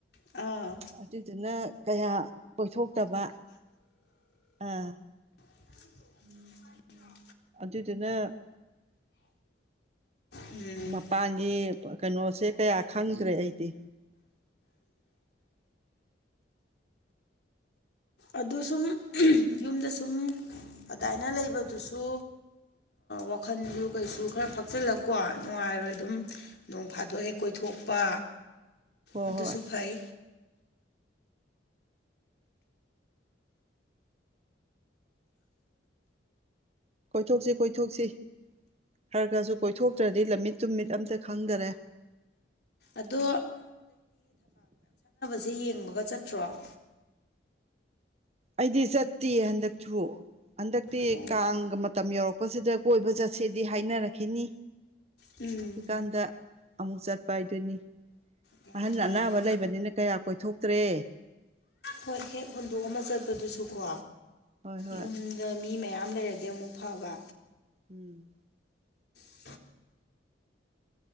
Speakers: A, on the left; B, on the right.
A: ꯑꯥ
B: ꯑꯗꯨꯗꯨꯅ ꯀꯌꯥ ꯀꯣꯏꯊꯣꯛꯇꯕ ꯑꯥ
A: ꯎꯝꯝ
B: ꯑꯗꯨꯗꯨꯅ
A: ꯎꯝ
B: ꯃꯄꯥꯟꯒꯤ ꯀꯩꯅꯣꯁꯦ ꯀꯌꯥ ꯈꯪꯗ꯭ꯔꯦ ꯑꯩꯗꯤ
A: ꯑꯗꯨ ꯁꯨꯝ ꯌꯨꯝꯗ ꯁꯨꯝ ꯑꯗꯨꯃꯏꯅ ꯂꯩꯕꯗꯨꯁꯨ ꯋꯥꯈꯜꯁꯨ ꯀꯩꯁꯨ ꯈꯔ ꯐꯛꯆꯜꯂꯒꯀꯣ ꯅꯨꯡꯉꯥꯏꯔꯣꯏ ꯑꯗꯨꯝ ꯅꯣꯡ ꯐꯥꯗꯣꯛ ꯍꯦꯛ ꯀꯣꯏꯊꯣꯛ ꯊꯣꯛꯄ
B: ꯍꯣꯏ
A: ꯑꯗꯨꯁꯨ
B: ꯍꯣꯏ
A: ꯐꯩ
B: ꯀꯣꯏꯊꯣꯛꯁꯤ ꯀꯣꯏꯊꯣꯛꯁꯤ ꯈꯔ ꯈꯔꯁꯨ ꯀꯣꯏꯊꯣꯛꯇ꯭ꯔꯗꯤ ꯂꯝꯃꯤꯠ ꯇꯨꯃꯤꯠ ꯑꯝꯇ ꯈꯪꯗꯔꯦ
A: ꯑꯗꯣ ꯁꯤꯦ ꯌꯦꯡꯕꯒ ꯆꯠꯇ꯭ꯔꯣ
B: ꯑꯩꯗꯤ ꯆꯠꯇꯦ ꯍꯟꯗꯛꯁꯨ ꯍꯟꯗꯛꯇꯤ
A: ꯑꯣ
B: ꯀꯥꯡꯒ ꯃꯇꯝ ꯌꯧꯔꯛꯄꯁꯤꯗ ꯀꯣꯏꯕ ꯆꯠꯁꯦꯗꯤ ꯍꯥꯏꯅꯔꯛꯈꯤꯅꯤ
A: ꯎꯝ
B: ꯑꯗꯨꯀꯥꯟꯗ ꯑꯃꯨꯛ ꯆꯠꯄ ꯍꯥꯏꯗꯨꯅꯤ
A: ꯃꯥꯅꯦ
B: ꯑꯍꯟ
A: ꯃꯥꯅꯦ
B: ꯑꯅꯥꯕ ꯂꯩꯕꯅꯤꯅ ꯀꯌꯥ ꯀꯣꯏꯊꯣꯛꯇ꯭ꯔꯦ
A: ꯍꯣꯏ ꯍꯦꯛ ꯍꯨꯟꯗꯣꯛꯑ ꯑꯃ ꯆꯠꯄꯗꯨꯁꯨꯀꯣ
B: ꯍꯣꯏ ꯍꯣꯏ
A: ꯌꯨꯝꯗ ꯃꯤ ꯃꯌꯥꯝ ꯌꯥꯝ ꯂꯩꯔꯗꯤ ꯑꯃꯨꯛ ꯐꯕ
B: ꯎꯝ
A: ꯎꯝ